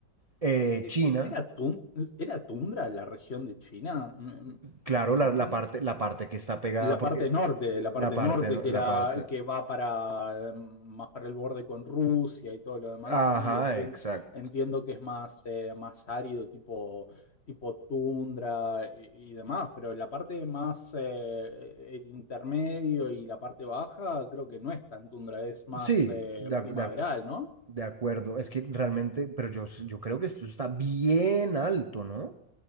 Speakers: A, on the right; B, on the left.
A: eh,
B: E-
A: China,
B: e- e, ¿Era, tun- era tundra la región de China? Mm,
A: claro, la, la
B: mm,
A: parte, la parte que está pegada,
B: la
A: porque
B: parte norte, la parte
A: la parte,
B: norte
A: no-
B: que
A: la
B: era
A: parte...
B: que va para eh, más para el borde con Rusia y todo lo demás,
A: Ajá,
B: sí, entien-
A: exacto.
B: entiendo que es más, eh, más árido, tipo, tipo tundra y, y demás, pero la parte más eh, el intermedio y la parte baja creo que no es tan tundra, es más
A: Sí,
B: eh,
A: de,
B: primaveral,
A: ac- de ac-
B: ¿no?
A: de acuerdo. Es que realmente, pero yo, s- yo creo que esto está bien alto, ¿no?